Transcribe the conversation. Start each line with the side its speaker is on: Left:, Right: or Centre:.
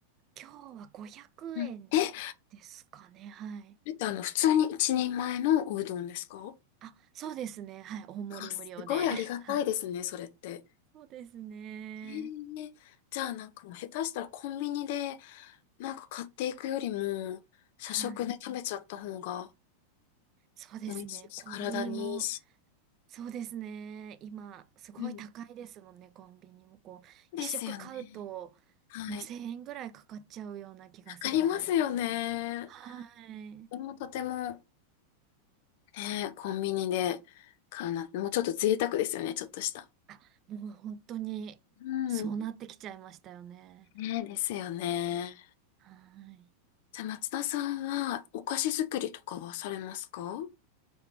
Right: 今日は500円ですかね。
Left: うん。え、こ
Right: はい。
Left: れってあの、普通に一人前のおうどんですか
Right: あ、そうですね。はい。大盛り無料で。
Left: あ、すごいありがたいですね、
Right: <laughs> はい。
Left: それって。
Right: そうですね。
Left: へえじゃあなんかもう下手したらコンビニでなんか買っていくよりも社食で食べちゃった方が
Right: はい。そうですね。
Left: 美味しいし、
Right: コンビニも、
Left: 体にいいし。
Right: そうですね。今、すごい高いですもんね、
Left: うん。
Right: コンビニも。こう、一食買うと、
Left: ですよね。はい。
Right: もう1000円ぐらいかかっちゃうような気がするので。
Left: かかりますよね。
Right: はい。
Left: でもとても、ね、コンビニで買うなんて、もうちょっと贅沢ですよね、ちょっとした。
Right: あ、もう本当に、
Left: うん。
Right: そうなってきちゃいましたよね。
Left: ね、ですよね。
Right: はい。
Left: じゃあ松田さんはお菓子作りとかはされますかお